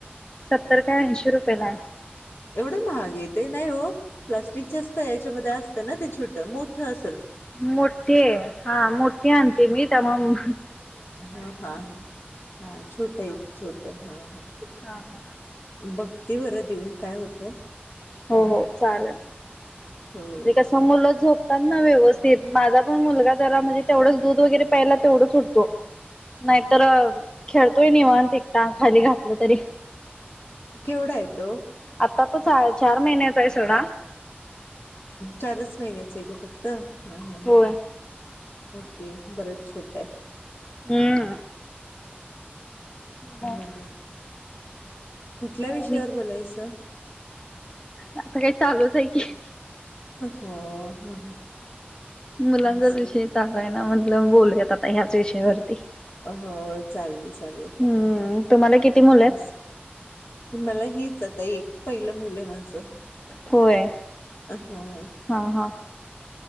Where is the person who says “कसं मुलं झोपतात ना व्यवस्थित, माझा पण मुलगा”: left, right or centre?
Left